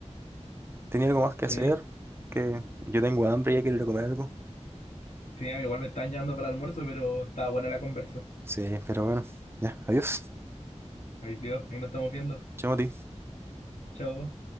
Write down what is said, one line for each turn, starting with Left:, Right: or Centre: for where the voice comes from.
Right: Tenía algo más que
Left: Sí.
Right: hacer, que yo tengo hambre y ya quiero ir a comer algo.
Left: Sí, a mí igual me están llamando para el almuerzo, pero está buena la conversa.
Right: Sí, pero bueno, ya, adiós.
Left: Ahí, Dios, ahí nos estamos viendo.
Right: Chao, Mati.
Left: Chao.